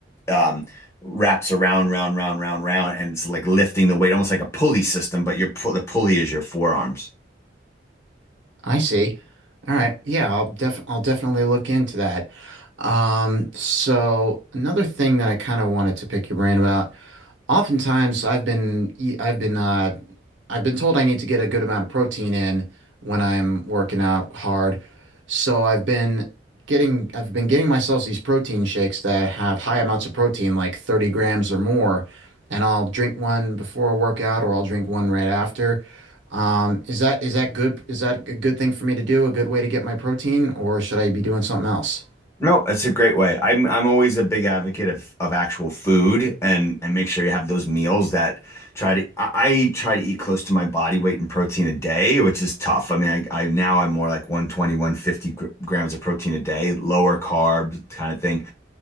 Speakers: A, on the left (about 15°); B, on the right (about 85°).
A: um wraps around, round, round, round, round, and it's like lifting the weight, almost like a pulley system, but your pu- the pulley is your forearms.
B: I see. All right. Yeah, I'll def I'll definitely look into that. Um, so another thing that I kind of wanted to pick your brain about Oftentimes, I've been e- I've been uh, I've been told I need to get a good amount of protein in when I'm working out hard. So I've been getting I've been getting myself these protein shakes that have high amounts of protein, like 30 grams or more, and I'll drink one before a workout or I'll drink one right after. Um, is that is that good? Is that a good thing for me to do? A good way to get my protein, or should I be doing something else?
A: No, it's a great way. I'm I'm always a big advocate of of actual food and and make sure you have those meals that try to I, I try to eat close to my body weight in protein a day, which is tough. I mean, I, I now I'm more like one twenty one fifty gr grams of protein a day, lower carb kind of thing.